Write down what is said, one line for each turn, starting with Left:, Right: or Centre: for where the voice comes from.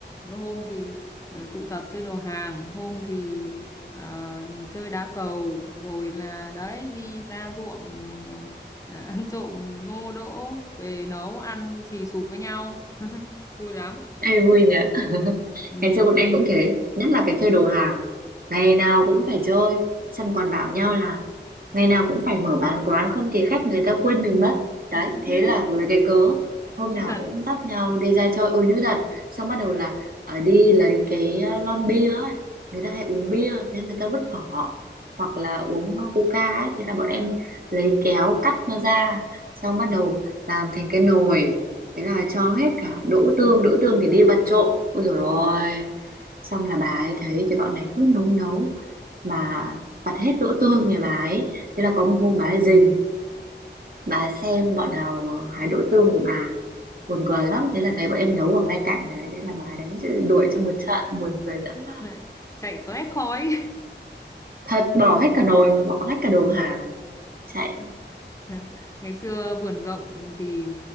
Left: hôm thì ờ, tụ tập chơi đồ hàng hôm thì ờ, chơi đá cầu rồi là đấy đi ra ruộng ờ, ờ, <laughs> ăn trộm ngô đỗ về nấu ăn xì xụp với nhau <laughs> vui lắm
Right: Ê, vui nhỉ <laughs>
Left: ừ.
Right: ngày xưa bọn em cũng thế nhất là cái chơi đồ hàng ngày nào cũng phải chơi xong còn bảo nhau là ngày nào cũng phải mở bán quán không thì khách người ta quên mình mất đấy
Left: <laughs>
Right: thế là lấy cái cớ hôm
Left: như
Right: nào
Left: thật
Right: cũng dắt nhau đi ra chơi ôi như thật xong bắt đầu là ở đi lấy cái ờ, lon bia ấy người ta hay uống bia thế người ta vứt vỏ hoặc là uống ờ, coca ấy thế là bọn em
Left: Ờ,
Right: lấy kéo cắt nó ra xong bắt đầu làm thành cái nồi thế là cho hết cả đỗ tương
Left: à,
Right: đỗ tương thì
Left: ờ,
Right: đi
Left: đúng
Right: vặt trộm
Left: rồi
Right: ôi dồi
Left: đúng
Right: ôi
Left: rồi
Right: xong là bà ấy thấy cái bọn này cứ nấu nấu mà vặt hết đỗ tương nhà bà ấy thế là có một hôm bà ấy rình bà ấy xem bọn nào hái đỗ tương của bà buồn cười lắm thế là thấy bọn em nấu ở ngay cạnh đấy thế là bà ấy đánh chữ- đuổi cho một trận buồn cười dã man
Left: lại chạy toét khói
Right: thật bỏ hết cả nồi mà bỏ hết cả đồ hàng chạy
Left: <laughs> ngày xưa vườn rộng thì